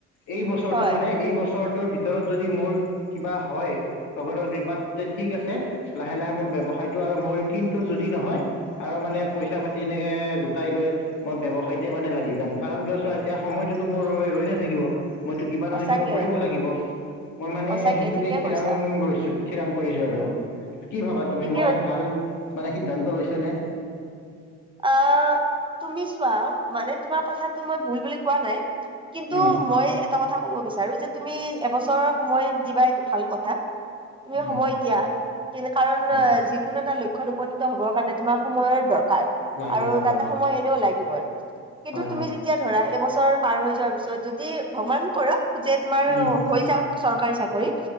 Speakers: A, on the left (about 75°); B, on the right (about 15°).
A: এই বছৰটো
B: হয়
A: মানে- এই বছৰটোৰ ভিতৰত যদি মোৰ কিবা হয়। ভগৱানৰ কৃপাত ঠিক আছে লাহে লাহে মই ব্যৱসায়টো আৰম্ভ কৰিম কিন্তু যদি নহয় আৰু মানে পইচা পাতি এনেকে গোটাই লৈ মই ব্যৱসায়তে মানে লাগি যাম, কাৰণ কিয় চোৱা এতিয়া সময়টোতো মোৰ বাবে ৰৈ নাথাকিব মইতো কিবা
B: সঁচাকে
A: নহয় কিবা কৰিব লাগিব। মই মানে
B: সঁচাকে
A: সেইটোকে
B: ঠিকে
A: ঠিৰাং
B: কৈছা
A: লৈছো ঠিৰাং কৰিছো আৰু। কি ভাবা তুমি
B: ঠিকে
A: মই
B: কৈছা
A: ভাল মানে সিদ্ধান্ত লৈছো নে?
B: অ তুমি চোৱা মানে তোমাৰ কথাটো মই ভুল বুলি কোৱা নাই। কিন্তু
A: উম
B: মই এটা কথা কব বিচাৰো যে তুমি এবছৰৰ সময় দিবা এইটো ভাল কথা। তুমি
A: উম
B: সময় দিয়া কাৰণ
A: হয়
B: যিকোনো এটা ল- ক্ষ্যত উপনীত হবৰ কাৰণে তোমাৰ সময়ৰ দৰকাৰ
A: লাগিব
B: আৰু
A: হয়
B: তাতে সময় এনেও লাগিবই। কিন্তু
A: হয়
B: তুমি
A: হয়
B: যেতিয়া ধৰা এবছৰ পাৰ হৈ যোৱাৰ পিছত যদি ভগৱান কৰক যে- তোমাৰ
A: উম উম
B: হৈ যাওক চৰকাৰী চাকৰি